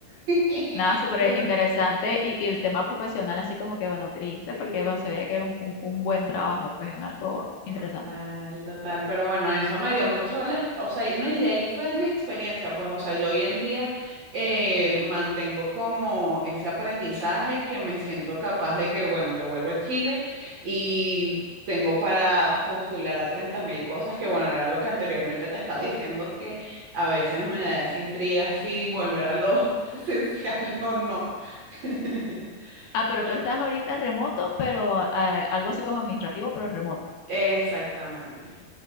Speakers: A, on the right (about 55°); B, on the left (about 80°).
A: <laughs>
B: Nada, súper
A: Bueno,
B: interesante. Y, y el tema profesional, así como que, bueno, triste,
A: sí.
B: porque bueno, se veía que era un, un- un buen trabajo, pues, en algo
A: Total,
B: interesante.
A: total. Pero bueno, eso me dio mucho, la- o sea, y no, y de ahí fue mi experiencia, pues, o sea, yo hoy en día eh, mantengo como ese aprendizaje que me siento capaz de que, bueno, yo vuelvo a Chile y tengo para postular a treinta mil cosas, que bueno, era lo que anteriormente te estaba diciendo, que a veces me da esa intriga si volver a lo <laughs> presencial o no. <laughs>
B: Ah, pero
A: Bueno,
B: tú estás ahorita remoto, pero eh, algo así como administrativo, pero remoto.
A: exactamente.